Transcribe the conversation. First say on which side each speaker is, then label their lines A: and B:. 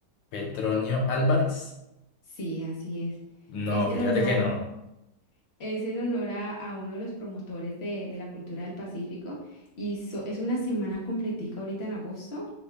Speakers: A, on the left; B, on the left.
A: Petronio Álvarez.
B: Sí, así es.
A: No,
B: Es en
A: fíjate
B: honor.
A: que no.
B: Es en honor a, a uno de los promotores de, de la cultura del Pacífico y so- es una semana completica ahorita en agosto